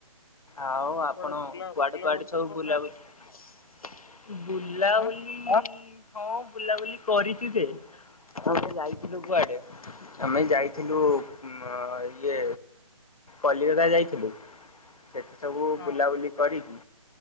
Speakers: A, on the left; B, on the left.
A: ଆଉ ଆପଣ
B: କୁଆଡେ ବୁଲା
A: କୁଆଡେ
B: ବୁଲାବୁଲି
A: କୁଆଡେ ସବୁ
B: କରୁନାହାନ୍ତି?
A: ବୁଲାବୁଲି ବୁଲାବୁଲି
B: ଆଁ
A: ହଁ ବୁଲାବୁଲି କରିଚି ଯେ ଆମେ ଯାଇଥିଲୁ କୁଆଡେ? ଆମେ ଯାଇଥିଲୁ ଇଏ କଲିକତା ଯାଇଥିଲୁ। ସେଠି ସବୁ
B: ହଁ
A: ବୁଲାବୁଲି କରିକି